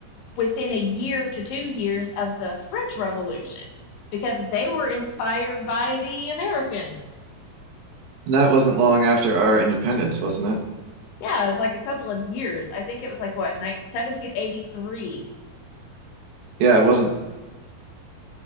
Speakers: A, on the left (about 85°); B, on the right (about 80°).
A: within a year to two years of the French Revolution because they were inspired by the Americans.
B: And that wasn't long after our independence, wasn't it?
A: Yeah, it was like a couple of years. I think it was like what, nine- 1783,
B: Yeah, it wasn't